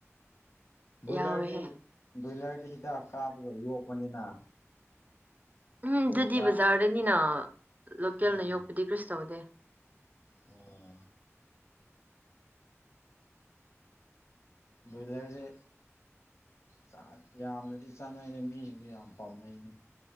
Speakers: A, on the left (about 65°); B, on the right (about 35°).
A: ꯕꯣꯏꯂꯔꯗꯤ
B: ꯌꯥꯎꯋꯦꯍꯦ
A: ꯕꯣꯏꯂꯔꯗꯤ ꯍꯤꯗꯥꯛ ꯀꯥꯞꯄꯒ ꯌꯣꯛꯄꯅꯤꯅ
B: ꯎꯝ
A: ꯑꯗꯨ
B: ꯑꯗꯨꯗꯤ
A: ꯆꯥꯛ
B: ꯕꯖꯥꯔꯗꯅꯤꯅ ꯂꯣꯀꯦꯜꯅ
A: ꯎꯝ
B: ꯌꯣꯛꯄꯗꯤ ꯀꯔꯤꯁꯨ ꯇꯧꯗꯦ
A: ꯑꯣ ꯣꯏꯕꯤꯂꯥꯒꯁꯦ ꯆ ꯌꯥꯝꯅꯗꯤ ꯆꯥꯅꯩꯅꯦ ꯃꯤꯁꯤꯡꯁꯨ ꯌꯥꯝ ꯄꯥꯝꯅꯩꯅꯦ